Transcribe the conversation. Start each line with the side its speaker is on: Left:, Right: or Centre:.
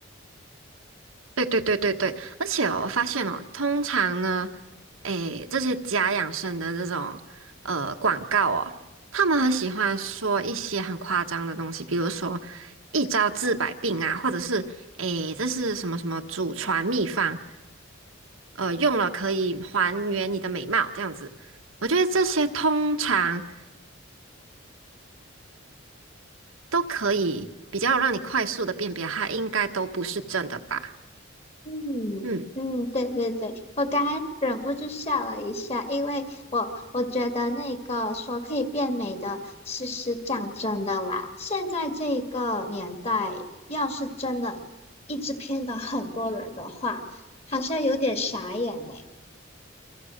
Right: 对对对对对，而且哦我发现哦，通常呢，诶，这些假养生的这种呃广告哦，他们很喜欢说一些很夸张的东西，比如说一招治百病啊，或者是诶，这是什么什么祖传秘方，呃，用了可以还原你的美貌这样子。我觉得这些通常都可以比较让你快速的辨别，它应该都不是真的吧。
Left: 嗯嗯，
Right: 嗯，
Left: 对对对，我刚才忍不住笑了一下，因为我我觉得那个说可以变美的，其实讲真的啦，现在这个年代，要是真的一直骗到很多人的话，好像有点傻眼呢。